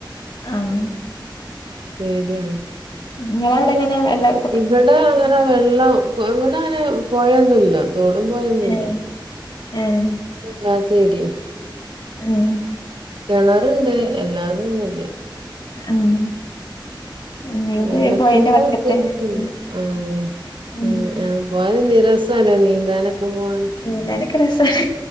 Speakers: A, on the left; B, on the right.
A: ആഹ്
B: പേടിയാണ്
A: ങ്ങളെവിടങ്ങനെ വെള്ളം
B: ഇവിടെങ്ങനെ വെള്ളം ഇവിടെ അങ്ങനെ പുഴന്നുല്യാ തോടും പുഴയൊന്നുല്ല
A: ഏഹ് ഏഹ്
B: ഒന്നും ഇല്ലാത്ത ഏര്യയാണ്
A: ഏഹ്
B: കെണറുണ്ട് എല്ലാതൊന്നുല്ല
A: ആഹ് നിങ്ങളത്
B: വെള്ളത്തിന്റെ
A: പൊഴേന്റെ വക്കത്തന്നെ
B: ബുദ്ധിമുട്ട്
A: ഉം
B: ആഹ്
A: ഉം
B: പോയാ രസാല്ലെ നീന്താനൊക്കെ പോവാന്
A: നീന്താനൊക്കെ രസാണ്